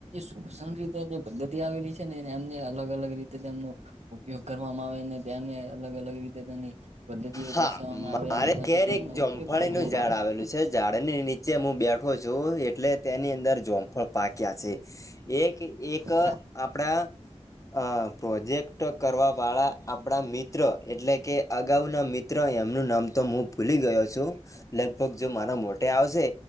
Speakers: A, on the right (about 70°); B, on the left (about 25°).
A: શોષણ રીતે પદ્ધતિ આવેલી છે નેને એમને અલગ અલગ રીતે તેમનું ઉપયોગ કરવામાં આવે અને ત્યાંને અલગ અલગ રીતે તેની પદ્ધતિઓ
B: હા
A: દર્શાવવામાં
B: મારે
A: આવે અને પછી
B: ઘેર
A: તેમનો
B: એક જોમફળીનું
A: ઉપયોગ પણ રહી હા
B: ઝાડ ની નીચે હું બેઠો છું એટલે તેની અંદર જોમફળ પાક્યા છે એક એક
A: હા
B: આપણા અ પ્રોજેક્ટ કરવા વાળા આપણા મિત્ર એટલે કે અગાઉના મિત્ર એમનું નામ તો હું ભૂલી ગયો છું લગભગ જો મારા મોટે આવશે